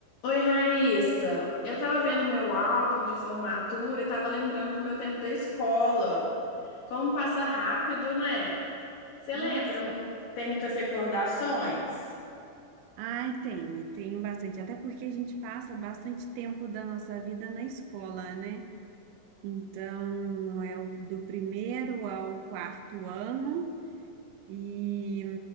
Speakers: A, on the left; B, on the right.
A: Oi, Raíssa. Eu tava vendo meu álbum de formatura e tava lembrando do meu tempo da escola. Como passa rápido, né? Você
B: Nossa,
A: lembra? mui- Tem muitas recordações?
B: ai, tenho, tenho bastante. Até porque a gente passa bastante tempo da nossa vida na escola, né? Então, é o- do primeiro ao quarto ano e,